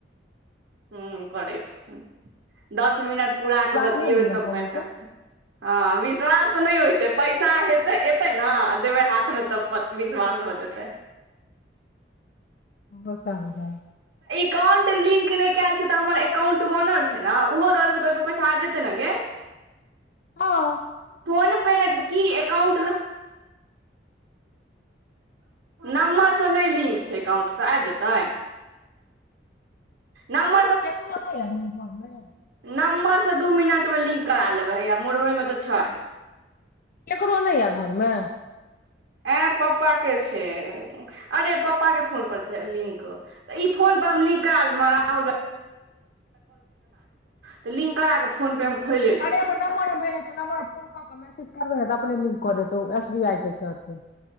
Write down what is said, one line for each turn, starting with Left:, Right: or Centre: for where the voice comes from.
Right: हूँ करैय छथिन, दस मिनट पुरा
Left: विश्वास
Right: क बतियेबैय
Left: नहि ने भेल अहाँके
Right: तब
Left: मम्मी
Right: ब्यायफरेंड
Left: के
Right: सँ। हँ विश्वास त नहि होइ छैय पैसा हेतै-एतै नै लेबैय हाथमे तब विश्वास भ जेतैए।
Left: दोसर बुझाइ
Right: एकाउंट लिंक नै कएल छैय त हमर एकाउंट बनल छैय नै ओहो द देबैए तब त पैसा आबि जेतए न गे
Left: हँ
Right: फोन-पे नै छैय त की एकाउंट नम्बरसँ नै लिंक छैय एकाउंट त आबि जेतैए। नम्बर
Left: केकरो नै ये लिंक घरमे
Right: नम्बर सँ दू मिनटमे लिंक करा लेबैय हैये मोरबेमे त छैय।
Left: केकरो नै ये घरमे?
Right: ऐं पप्पा के छैय, अरे पप्पा के फोन पर छैय लिंक, त इ फोन हम लिंक करा लेबय, त लिंक करा क फोन-पे हम खोलि लै
Left: अरे
Right: छी
Left: एगो नम्बर हम भेजैय छियौ नम्बर पर फोन कर त मैसेज करबिही न त अपने लिंक क देतौ एस बि आई के छैय अथी